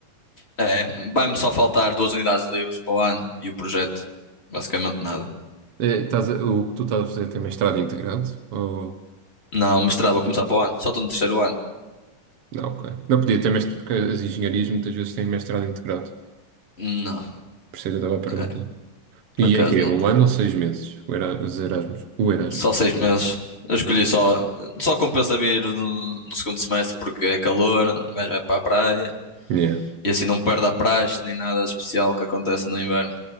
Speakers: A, on the left; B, on the right.
A: É, vai-me só faltar duas unidades livres para o ano e o projeto. Basicamente nada.
B: É, estás a- o que tu estás a fazer tem mestrado integrado? Ou...
A: Não, mestrado vou começar para o ano. Só estou no terceiro ano.
B: Não, ok. Não podia ter mestrado, porque as engenharias muitas vezes têm mestrado integrado.
A: Não,
B: Por isso é que eu estava a perguntar.
A: é, por
B: E
A: acaso
B: é que
A: não
B: é um
A: tenho.
B: ano ou seis meses? O Era- os Erasmus. O Erasmus.
A: Só seis meses. Eu escolhi só. Só compensa vir no, no segundo semestre porque é calor, o gajo vai para a praia
B: Yeah.
A: e assim não perde a praxe nem nada de especial que acontece no inverno.